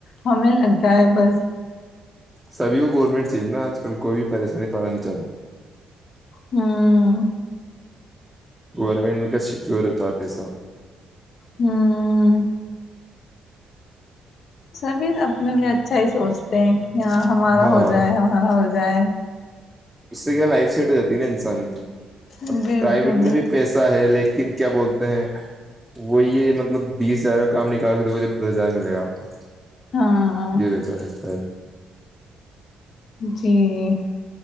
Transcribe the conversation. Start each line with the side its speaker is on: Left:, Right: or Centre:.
Left: ہمیں لگ جائے بس
Centre: سبھی کو گورنمنٹ چاہیے نا آج کل کوئی بھی پریشانی پانا نہیں چاہتا
Left: ہاں
Centre: گورمنٹ میں کا سیکیور ہوتا ہے پیسا
Left: ہوں سبھی اپنے لیے اچھا ہی سوچتے ہیں کہ یہاں ہمارا
Centre: ہاں
Left: ہو جائے ہمارا ہو جائے
Centre: اس سے کیا لائف سیٹ ہو جاتی ہے نا انسان کی اب
Left: بالکل
Centre: پرائیویٹ میں
Left: بالکل
Centre: بھی پیسہ ہے لیکن کن کیا بولتے ہیں وہی مطلب بیس ہزار کا کام نکال کے دے جب دس ہزار ملے گا آپ کو
Left: ہاں
Centre: یہ رہی تو ہے س
Left: جی